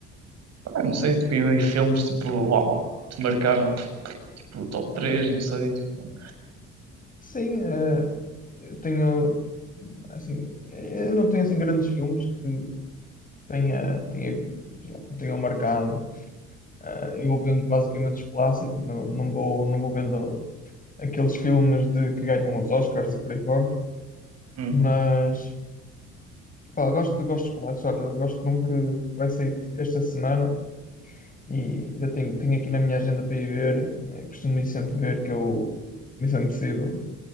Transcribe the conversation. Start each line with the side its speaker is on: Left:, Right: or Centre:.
Right: Pá, não sei, tipo, e meio filmes tipo, uau, te marcaram, tipo, top 3
Left: Olha,
Right: não sei, tipo.
Left: sim, eh, eu tenho. Assim, eu não tenho assim grandes filmes que tenha, tenha, sei lá, que me tenham marcado. Ah, eu vou vendo basicamente os clássicos, não, não vou, não vou vendo aqueles filmes de, que ganham os Oscars e por aí fora,
Right: Hum.
Left: mas pá, eu gosto, eu gosto dos clássicos. Olha, eu gosto de um que, que vai sair esta semana e ainda tenho, tenho aqui na minha agenda para ir ver, eh, costumo ir sempre ver, que é o Missão Impossível.